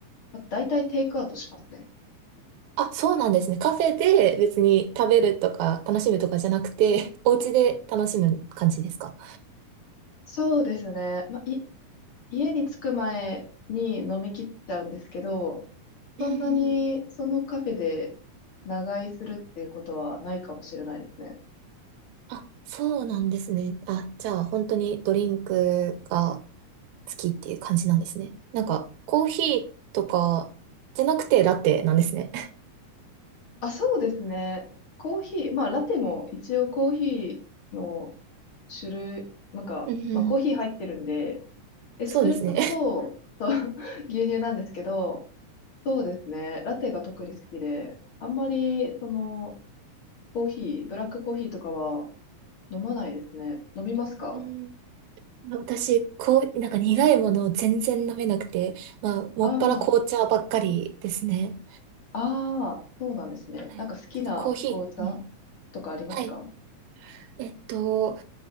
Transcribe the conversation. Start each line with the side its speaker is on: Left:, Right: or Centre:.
Left: あ大体テイクアウトしますね。
Right: あ、そうなんですね。カフェで別に食べるとか楽しむとかじゃなくて、<laughs> お家で楽しむ感じですか
Left: そうですね。まあ、い、家に着く前に飲み切っちゃうんですけど、
Right: うんうん
Left: そんなにそのカフェで長居するっていうことはないかもしれないですね。
Right: あ、そうなんですね。あ、じゃあ本当にドリンクが好きっていう感じなんですね。なんか、コーヒーとかじゃなくてラテなんですね。
Left: あ、そうですね。コーヒー、まあラテも一応コーヒーの種類、なんか、
Right: <laughs> うん
Left: まあコーヒー入ってるんで、エスプレッソと、
Right: そうですね。
Left: そう <laughs> 牛乳なんですけど、そうですね。ラテが特に好きで、あんまりそのコーヒー、ブラックコーヒーとかは飲まないですね。飲みますか
Right: うん。私、こう、なんか苦いものを全然飲めなくて、まあ、もっぱら紅茶ばっかりですね。
Left: ああ、ああ、そうなんですね。
Right: はい。
Left: なんか好きな紅茶
Right: ちょっとコーヒー、うん。
Left: とかありますか
Right: はい。えっと、